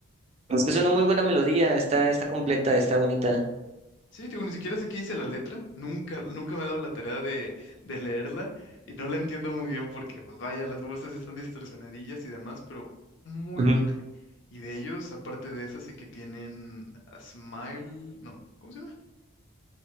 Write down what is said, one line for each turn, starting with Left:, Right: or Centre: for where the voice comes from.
Left: Pero
Right: Es
Left: pues
Right: que es una
Left: mira,
Right: muy buena melodía, está, está completa, está bonita.
Left: sí, digo, ni siquiera sé qué dice la letra, nunca, nunca me he dado la tarea de, de leerla y no la entiendo muy bien porque, pues vaya, las voces están distorsionadillas y demás, pero muy
Right: Ujú.
Left: buena. Y de ellos, aparte de esa, sé que tienen a Smile, no, ¿cómo se llama?